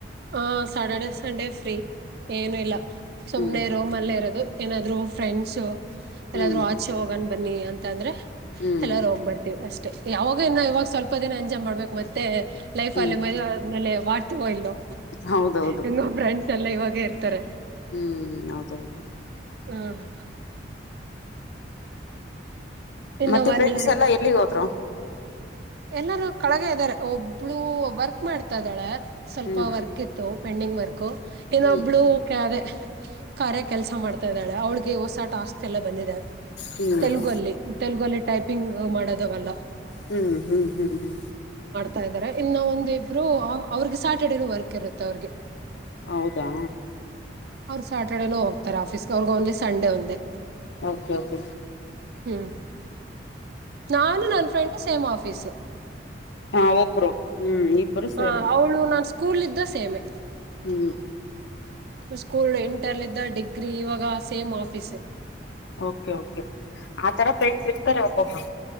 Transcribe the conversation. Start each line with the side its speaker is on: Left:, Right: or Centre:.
Right: ಹ ಸ್ಯಾಟರ್ಡೆ ಸಂಡೇ ಫ್ರೀ ಏನು ಇಲ್ಲ ಸುಮ್ನೆ
Left: ಹ್ಮ್
Right: ರೋಮ್ ಅಲ್ಲೇ ಇರೋದು ಏನಾದ್ರು ಫ್ರೆಂಡ್ಸು ಎಲ್ಲಾದ್ರರು
Left: ಹ್ಮ್
Right: ಆಚೆ ಹೋಗಣ ಬನ್ನಿ ಅ ಅಂತಂದ್ರೆ
Left: ಹ್ಮ್
Right: ಎಲ್ಲರೂ ಹೋಗ್ ಬರ್ತೀವಿ ಅಷ್ಟೆ ಯಾವಾಗ ಇನ್ನ ಇವಾಗ ಸ್ವಲ್ಪ ದಿನ ಎಂಜಾಯ್ ಮಾಡ್ಬೇಕು ಮತ್ತೆ ಲೈಫ್
Left: ಹ್ಮ್
Right: ಅಲ್ಲಿೇ ಮದ್ವೆ ಆದ್ಮೇಲೆ ಮಾಡ್ತೀವೋ ಇಲ್ಲೋ
Left: ಹೌದೌದು
Right: ಹೆಂಗೋ ಫ್ರೆಂಡ್ಸ್ ಎಲ್ಲ ಇವಾಗ ಇರ್ತಾರೆ
Left: ಹ್ಮ್ ಹೌದೌದು
Right: ಹ್ಮ್ ಇನ್ನ
Left: ಮತ್ತೆ
Right: ಒನ್
Left: ಫ್ರೆಂಡ್ಸ್
Right: ಇಯರ್
Left: ಎಲ್ಲ ಎಲ್ಲಿಗೆ ಹೋದ್ರು
Right: ಎಲ್ಲರೂ ಕೆಳಗ ಇದ್ದಾರೆ ಒಬ್ಳು ವರ್ಕ್ ಮಾಡ್ತಾ ಇದ್ದಾಳೆ ಸ್ವಲ್ಪ
Left: ಹ್ಮ್
Right: ವರ್ಕ್ ಇತ್ತು ಪೆಂಡಿಂಗ್ ವರ್ಕು ಏನ
Left: ಹ್ಮ್
Right: ಒಬ್ಳು ಅದೆ ಕಾರ್ಯ ಕೆಲ್ಸ ಮಾಡ್ತಾ ಇದ್ದಾಳೆ ಅವಳಿಗೆ ಹೊಸ ಟಾಸ್ತಿ ಲ್ಲ ಬಂದಿದೆ
Left: ಹ್ಮ್
Right: ತೆಲುಗು
Left: ಹ್ಮ್
Right: ಅಲ್ಲಿ ತೆಲುಗು ಅಲ್ಲಿ ಟೈಪಿಂಗ್ ಮಾಡ ಅವೆಲ್ಲ
Left: ಹ್ಮ್ ಹ್ಮ್ ಹ್ಮ್ ಹ್ಮ್
Right: ತಾ ಇದಾರೆ ಇನ್ನು ಒಂದಿಬ್ರು ಅವ್ರಿಗೆ ಸ್ಯಾಟರ್ಡೇನುೂ ವರ್ಕ್ ಇರುತ್ತೆ ಅವ್ರಿಗೆ
Left: ಹೌದಾ
Right: ಸ್ಯಾಟರ್ಡೇನೂ ಹೋಗ್ತಾರೆ ಆಫೀಸ್ಗೆ ಅವ್ರಗೆ ಓನ್ಲಿ ಸಂಡೆ ಒಂದೇ
Left: ಓಕೆ ಓಕೆ
Right: ಹ್ಮ್ ನಾನು ನನ್ ಫ್ರೆಂಡ್ ಸೇಮ್ ಆಫೀಸ್ ಆಫೀಸ್
Left: ಹಾ ಒಬ್ರು ಹ್ಮ್ ಇಬ್ಬರು ಸೇಮ್
Right: ಆ, ಅವಳು ನಾನು ಸ್ಕೂಲ್ ಯಿಂದ ಸೇಮೆ
Left: ಹ್ಮ್
Right: ಸ್ಕೂಲ್ ಇಂಟರ್ಲ್ ಯಿಂದ ಡಿಗ್ರಿ ಇವಾಗ ಸೇಮ್ ಆಫೀಸ್
Left: ಓಕೆ ಓಕೆ ಆತರ ಫ್ರೆಂಡ್ಸ್ ಇರ್ತಾರೆ ಒಬ್ರು.